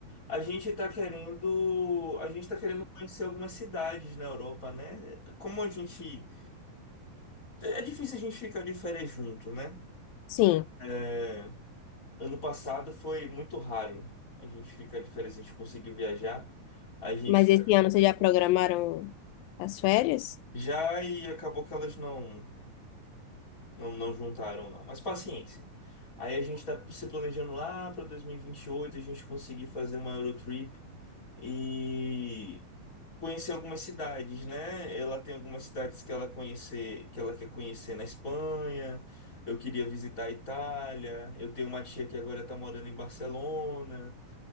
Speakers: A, on the left (about 25°); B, on the left (about 85°).
A: A gente tá querendo, a gente tá querendo conhecer algumas cidades na Europa, né? Como a gente, é difícil a gente ficar de férias junto, né?
B: Sim,
A: É, Ano passado foi muito raro a gente ficar de férias, a gente conseguiu viajar. A gente
B: mas esse ano vocês já programaram as férias?
A: já e acabou que elas não, não, não juntaram, não. Mas paciência. Aí a gente tá se planejando lá para 2028 a gente conseguir fazer uma Eurotrip e conhecer algumas cidades, né? Ela tem algumas cidades que ela conhecer, que ela quer conhecer na Espanha. Eu queria visitar a Itália. Eu tenho uma tia que agora tá morando em Barcelona.